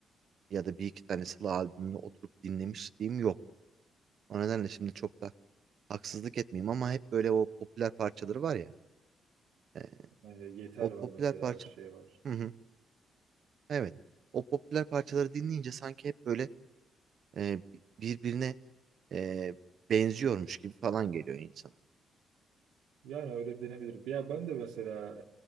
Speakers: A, on the right (about 55°); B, on the right (about 85°).
A: ya da bir iki tane Sıla albümünü oturup dinlemişliğim yok. O nedenle şimdi çok da haksızlık etmeyeyim ama hep böyle o popüler parçaları var ya.
B: E, Yeter
A: O
B: var
A: popüler
B: mesela
A: parça.
B: şey var.
A: Hı hı. Evet. O popüler parçaları dinleyince sanki hep böyle e, birbirine e, benziyormuş gibi falan geliyor insana.
B: Yani öyle denebilir. Ya ben de mesela